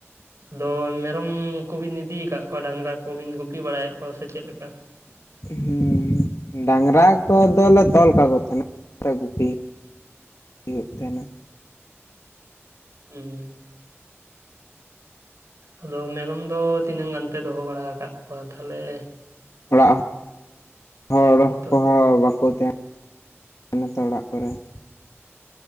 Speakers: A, on the right (about 80°); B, on the left (about 80°).
A: ᱟᱫᱚ ᱢᱮᱨᱚᱢ ᱠᱚᱵᱤᱱ ᱤᱫᱤᱭ ᱟᱠᱟᱫ ᱠᱚᱣᱟ ᱰᱟᱝᱨᱟ ᱠᱚᱵᱤᱱ ᱜᱩᱯᱤ ᱵᱟᱲᱟᱭᱮᱫ ᱠᱚᱣᱟ ᱥᱮ ᱪᱮᱫ ᱞᱮᱠᱟ?
B: ᱦᱩᱸ ᱰᱟᱝᱨᱟ ᱠᱚᱫᱚᱞᱮ ᱛᱚᱞ ᱠᱟᱠᱚ ᱠᱟᱱᱟ, ᱛᱚ ᱜᱩᱯᱤ ᱦᱩᱭᱩᱜ ᱛᱟᱦᱮᱱᱟ ᱾
A: ᱦᱩᱸ ᱟᱫᱚ ᱢᱮᱨᱚᱢ ᱫᱚ ᱛᱤᱱᱟᱹᱝ ᱜᱟᱱ ᱯᱮ ᱫᱚᱦᱚ ᱵᱟᱲᱟ ᱠᱟᱜ ᱠᱚᱣᱟ ᱛᱟᱦᱚᱞᱮ?
B: ᱚᱲᱟᱜ ᱦᱚᱲ
A: ᱱᱤᱛᱚᱜ
B: ᱠᱚᱦᱚᱸ ᱵᱟᱠᱚ ᱛᱟᱦᱮᱸ ᱱᱟ ᱛᱚ ᱚᱲᱟᱜ ᱠᱚᱨᱮ ᱾